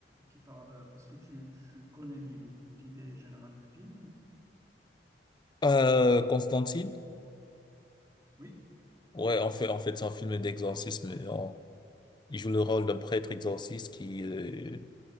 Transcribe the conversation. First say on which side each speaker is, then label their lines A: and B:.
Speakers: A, on the right (about 20°); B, on the left (about 25°).
A: qui parle... Est-ce que tu, tu connais l'i- l'idée générale du film? ou-
B: Euh, Constantine?
A: Oui,
B: Ouais, en fait, en fait, c'est un film d'exorcisme. En- Il joue le rôle d'un prêtre exorciste qui, euh,